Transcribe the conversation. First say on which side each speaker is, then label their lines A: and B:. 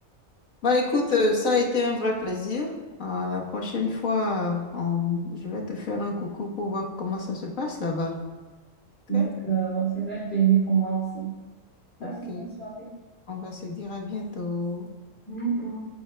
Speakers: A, on the left; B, on the left.
A: Bah écoute, euh, ça a été un vrai plaisir. À la prochaine fois, euh, on- je vais te faire un coucou pour voir comment ça se passe là-bas.
B: D'accord,
A: Ok?
B: c'est un plaisir pour moi aussi. Passe
A: Ok.
B: une bonne soirée.
A: On va se dire à bientôt.
B: À bientôt.